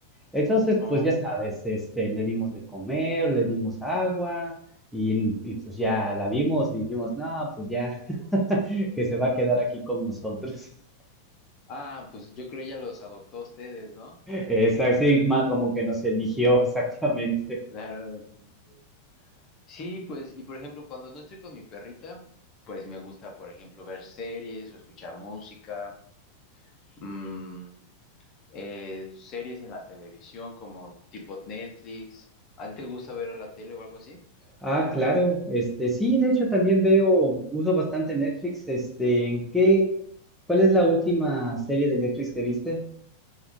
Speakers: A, in the centre; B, on the left (about 35°).
A: Entonces,
B: Oh.
A: pues ya sabes, este, le dimos de comer, le dimos agua y, y pues ya la vimos y dijimos, no, pues ya, <laughs> que se va a quedar aquí con nosotros. <laughs>
B: Ah, pues yo creo ella los adoptó a ustedes, ¿no?
A: Es así, ma- como que nos eligió <laughs> exactamente.
B: Claro, los eligió. Sí, pues, y por ejemplo, cuando no estoy con mi perrita, pues me gusta, por ejemplo, ver series o escuchar música. Mm, Eh, series en la televisión como tipo Netflix. ¿A ti te gusta ver la tele o algo así?
A: Ah, claro, este, sí, de hecho también veo, uso bastante Netflix, este, ¿qué, cuál es la última serie de Netflix que viste?